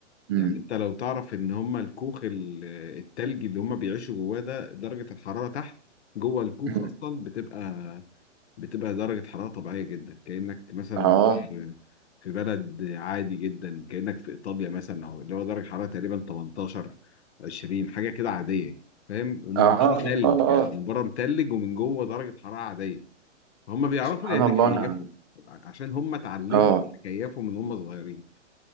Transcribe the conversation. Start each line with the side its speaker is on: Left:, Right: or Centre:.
Right: أمم،
Left: يعني انت لو تعرف ان هم الكوخ ال- التلجي اللي هم بيعيشوا جواه ده درجة الحرارة تحت جوه الكوخ
Right: أمم.
Left: اصلا بتبقى بتبقى درجة حرارة طبيعية جدا كأنك مثلا
Right: اه
Left: في في بلد عادي جدا كأنك في إيطاليا مثلا أو اللي هو درجة حرارة تقريبا 18 20 حاجة كده عادية فاهم ومن
Right: اه اه
Left: بره تلج يعني
Right: اه
Left: من بره متلج ومن جوه درجة حرارة عادية هم بيعرفوا
Right: سبحان
Left: يتكيفوا
Right: الله انا
Left: عشان هم اتعلموا
Right: اه
Left: يتكيفوا من هم صغيرين